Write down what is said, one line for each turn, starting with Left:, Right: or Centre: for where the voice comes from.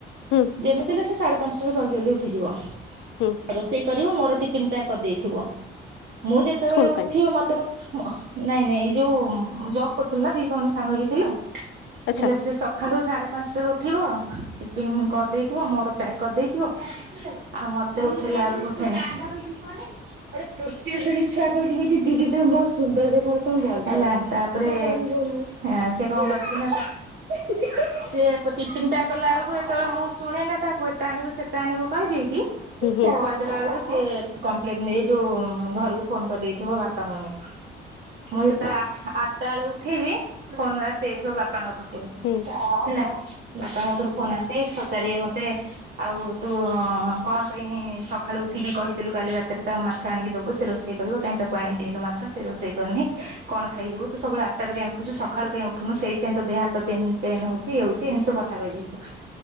Left: ହୁଁ
Right: ଯେମିତି ହେଲେ ସେ ସାଡେ ପାଂଶଟାରେ ଜଲ୍ଦି ଜଲ୍ଦି ଉଠିଯିବ
Left: ହୁଁ
Right: ରୋଷେଇ କରିବ ମୋର ଟିଫିିନ ପ୍ୟାକ୍ କରିଦେଇଥିବ। ମୁଁ ଯେତେବେଳେ
Left: ସ୍କୁଲ ପାଇଁ
Right: ଉଠିବି ମତେ ଉ ମ ନାଇଁ ନାଇଁ ଏଇ ଯୋଉ ଉଁ ଉଁ ଜବ୍ କରୁଥୁଲୁ ନା ଦି ଭଉଣୀ ସାଙ୍ଗ ହେଇକି ଥିଲୁ
Left: ଆଚ୍ଛା
Right: ହେଲେ ସିଏ ସଖାଳୁ ସାଢେ ପାଂଶଟାରୁ ଠିବ ଟିଫିନ୍ କରିଦେଇଥିବ ମୋର ପ୍ୟାକ୍ କରିଦେଇଥିବ। ଆଉ ମତେ ଉଠେଇଲା ବେଳକୁ ଉଠେଇନି <unintelligible> ଗୋଟେ ତୃତୀୟ ଶ୍ରଣୀ ଛୁଆ କହୁଛି କହୁଛି ଦିଦି ତୁମେ ବହୁତ ସୁନ୍ଦର ଦେଖାଯାଉଛ <unintelligible> ହଁ ସେ କଣ କରୁଛି ନା ତା ସିଏ ଟିଫନ୍ ଟା କଲା ବେଳକୁ ଏତେବେଳେ ମୁଁ ଶୁଣେ ନା ତାକୁ ଏଟା ଆଣିବୁ ସେଟା ଆଣିବୁ କହିଦେଇକି
Left: ହୁଁ ହୁଁ
Right: କହିଦେଲା ବେଳକୁ ସେ କମ୍ପ୍ଲେନ ନେ ଯୋଉ ଘରକୁ ଫୋନ କରିଦେଇଥିବ ବାପା ମମି ମୁଁ ଯେତେବେଳେ ଆ ଆ ଟା ବେଳେ ଉଠିବି ଫୋନ ରେ ଆସିଯାଇଥିବ ବାପାଙ୍କ ପାଖକୁ।
Left: ହୁଁ।
Right: ହେଲା ବାପାଙ୍କ ପାଖରୁ ଫୋନ୍ ଆସି ପଚାରିବେ ମତେ ଆଉ ତୁ କଣ ପାଇଁ ସଖାଳୁ ଉଠିକି କହିଥିଲୁ କାଲି ରାତିରେ ତାକୁ ମାଛ ଆଣିକି ଦବୁ ସେ ରୋଷେଇ କରିବ କାହିଁ ତାକୁ ଆଣି କି ଦେଇନୁ ମାଛ ସେ ରୋଷେଇ କରିନି କଣ ଖାଇକିଯିବ? ତୁ ସବୁବେଳେ ଆଠଟାରେ କାଇଁ ଉଠୁଚୁ ସକାଳୁ କାଇଁ ଉଠୁନୁ ସେଇଥି ପାଇଁ ତୋ ଦେହ ହାତ ପେନ୍ ହଉଛି ଇ ଏ ହଉଛି ଏମତୀ ସବୁ କଥା କହିଦେଇଥିବେ।